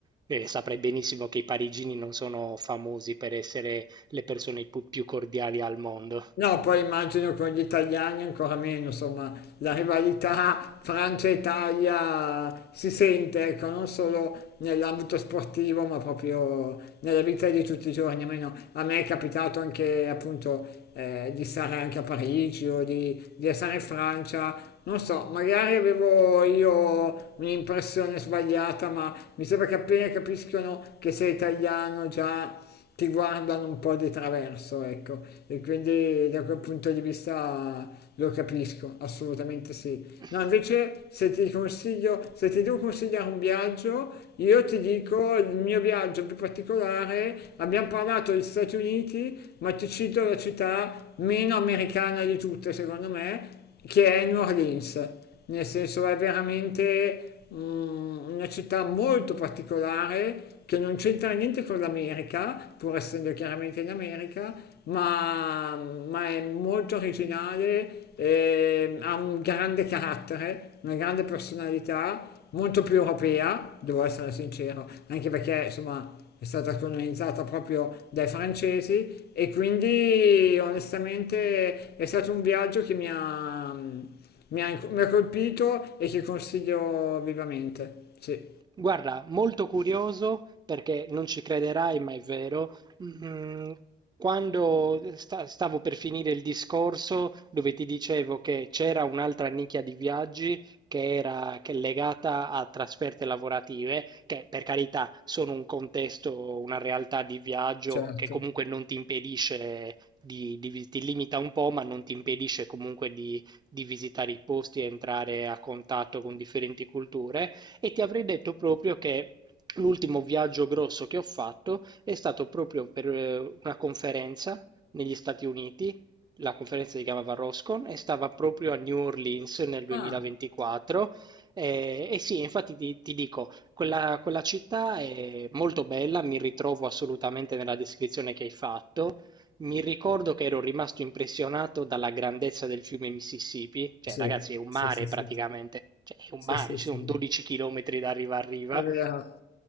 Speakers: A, on the right; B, on the left.
A: E saprai benissimo che i parigini non sono famosi per essere le persone pu- più cordiali al mondo.
B: No, poi immagino con gli italiani ancora meno, insomma, la rivalità Francia-Italia si sente, ecco, non solo nell'ambito sportivo, ma proprio nella vita di tutti i giorni. Almeno a me è capitato anche, appunto, eh, di stare anche a Parigi o di, di essere in Francia. Non so, magari avevo io un'impressione sbagliata, ma mi sembra che appena capiscono che sei italiano già ti guardano un po' di traverso, ecco, e quindi da quel punto di vista lo capisco, assolutamente sì.
A: <laughs>
B: No, invece se ti consiglio, se ti devo consigliare un viaggio, io ti dico il mio viaggio più particolare, abbiamo parlato degli Stati Uniti, ma ti cito la città meno americana di tutte, secondo me, che è New Orleans, nel senso è veramente mm, una città molto particolare che non c'entra niente con l'America, pur essendo chiaramente in America, ma, ma è molto originale, e ha un grande carattere, una grande personalità molto più europea, devo essere sincero, anche perché insomma è stata colonizzata proprio dai francesi e quindi onestamente è stato un viaggio che mi ha, mi ha, mi ha colpito e che consiglio vivamente. Sì,
A: Guarda, molto curioso perché non ci crederai, ma è vero. Mm, Quando sta- stavo per finire il discorso dove ti dicevo che c'era un'altra nicchia di viaggi che era che è legata a trasferte lavorative, che per carità sono un contesto, una realtà di viaggio
B: certo.
A: che comunque non ti impedisce di, di vi- ti limita un po', ma non ti impedisce comunque di di visitare i posti e entrare a contatto con differenti culture. E ti avrei detto proprio che l'ultimo viaggio grosso che ho fatto è stato proprio per eh, una conferenza negli Stati Uniti. La conferenza si chiamava Roscon e stava proprio a New Orleans nel 2024.
B: Ah,
A: Eh, E, sì, infatti ti, ti dico, quella, quella città è molto bella, mi ritrovo assolutamente nella descrizione che hai fatto. Mi ricordo che ero rimasto impressionato dalla grandezza del fiume Mississippi, cioè
B: sì,
A: ragazzi è un
B: sì,
A: mare
B: sì, sì,
A: praticamente, cioè è un
B: sì,
A: mare,
B: sì, sì.
A: ci sono 12 chilometri da riva a riva.
B: È vero,